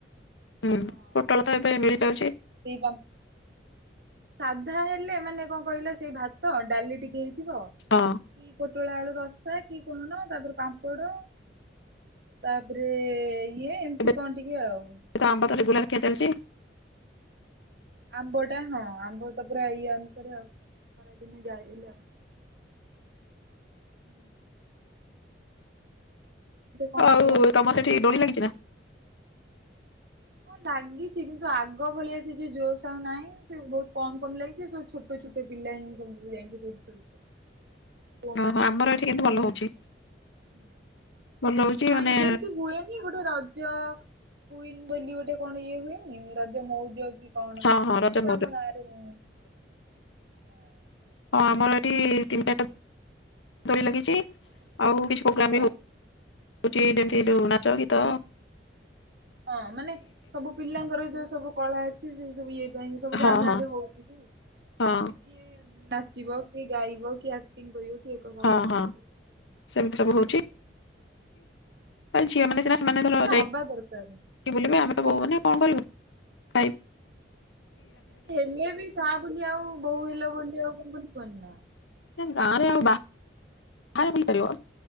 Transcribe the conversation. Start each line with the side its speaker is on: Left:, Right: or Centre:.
Left: ହୁଁ
Right: ହଁ,
Left: ପୋଟଳ ତ ଏବେ ମିଳିଯାଉଛି
Right: ସେଇ ପାମ୍ପ ସାଧା ହେଲେ ମାନେ କଣ କହିଲ, ସେଇ ଭାତ, ଡାଲିଟିକେ ହେଇଥିବ କି
Left: ହଁ
Right: ଗୋ ପୋଟଳଆଳୁରସା କି କଣ? ତାପରେ ପାମ୍ପଡ଼। ତାପରେ ଇଏ ଏମିତି
Left: ଏବେ
Right: କଣ ଟିକେ ଆଉ।
Left: ତ ଆମ୍ବତ ରେଗୁଲାର ଖିଆ ଚାଲିଛି।
Right: ଆମ୍ବ ଟା ହଁ ଆମ୍ବ ତ ପୁରା ଇଏ ଅନୁସାରେ ଆଉ ଖରାଦିନେ ଯାଇିଲି ଆଉ। ହୁଁ, କଣ
Left: ଆଉ
Right: କୁହ?
Left: ତମ ସେଠି ଦୋଳି ଲାଗିଛି ନା।
Right: ହଁ ଲାଗିଚି। କିନ୍ତୁ ଆଗ ଭଳିଆ ସେ ଯଉ ଜୋସ୍ ଆଉ ନାହିଁ, ସେ ବହୁତ କମ୍ କମ୍ ଲାଗିଛି। ସବୁ ଛୋଟ ଛୋଟ ଛୋଟ ପିଲାହେଇଂ <unintelligible> ଯାଇଁକି ସେଇଠି ଖେୁଳୁଛ। ପୁଅ ମାନେ
Left: ଓହୋ ଆମର
Right: ବି ସେମତି
Left: ଏଠି କିନ୍ତୁ ଭଲ ହଉଛି ଭଲ ହଉଛି
Right: ନାଇଁ
Left: ମାନେ
Right: ଯେମିତି ହୁଏନି ଗୋଟେ ରଜ କୁଇନ ବୋଲି ଗୋଟେ କଣ ଇଏ ହୁଏନି। ରଜ ମଉଜ କି କଣ?
Left: ହଁ ହଁ
Right: ସେମିତି
Left: ରଜ ମଉଜ
Right: ଆମ ଗାଁରେ ନାହିଁ। ହଁ।
Left: ହଁ, ଆମର ଏଇଠି ତିନି ଚାରଟା ଦୋଳି ଲାଗିଛି। ଆଉ କିଛି ପ୍ରୋଗ୍ରାାମ
Right: ହଁ
Left: ବି ହଉ <inaudible> ନାଚଗୀତ।
Right: ହଁ, ମାନେ ସବୁ ପିଲାଙ୍କର ଯୋଉ ସବୁ କଳା ଅଛି, ସେ ସବୁ ଇଏ ପାଇଁ ସବୁ
Left: ହଁ
Right: ଗାଁ ଗାଁ
Left: ହଁ
Right: ରେ ହଉଛି। କିଏ
Left: ହଁ
Right: ନାଚିବ, କିଏ ଗାଇବ, କିଏ ଆକ୍ଟିଂ କରିବ, କିଏ ଏକକ
Left: ହଁ
Right: ଅଭିନୟ
Left: ହଁ
Right: କରିବ।
Left: ସେମିତି ସବୁ ହଉଛି। ଝିଅ ମାନେ ସିନା ସେମାନେ
Right: ସେଟା
Left: ଧର ଯାଇକି
Right: ହବା ଦରକାର।
Left: ବୁଲିବେ। ଆମେ ତ ବୋହୁ ମାନେ କଣ କରିବୁ? ଖାଇବ୍
Right: ହେଲେ ବି ତା ବୋଲି ଆଉ ବୋଉ ହେଲ ବୋଲି, ଆଉ କଣ ବୁଲିବନି ନା?
Left: ଗାଁରେ ଆଉ ବା ବାହାରେ ମିପାରିବ